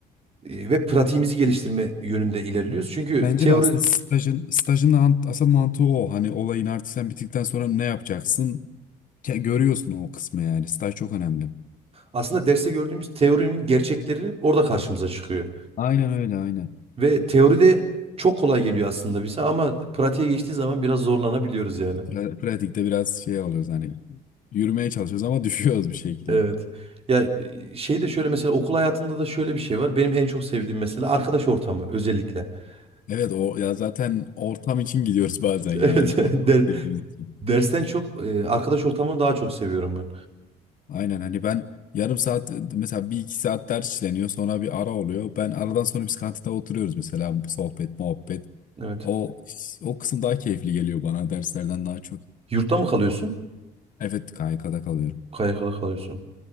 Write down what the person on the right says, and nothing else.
E, ve pratiğimizi geliştirme yönünde ilerliyoruz. Çünkü
teori
Aslında derste gördüğümüz teorinin gerçekleri orada karşımıza çıkıyor.
Ve teoride çok kolay geliyor aslında bize ama pratiğe geçtiği zaman biraz zorlanabiliyoruz yani.
Evet. Ya e, şey de şöyle mesela okul hayatında da şöyle bir şey var. Benim en çok sevdiğim mesela arkadaş ortamı özellikle. <laughs>
Evet.
Der,
dersten çok e, arkadaş ortamını daha çok seviyorum ben.
Evet.
Yurtta mı kalıyorsun?
KYK'da kalıyorsun.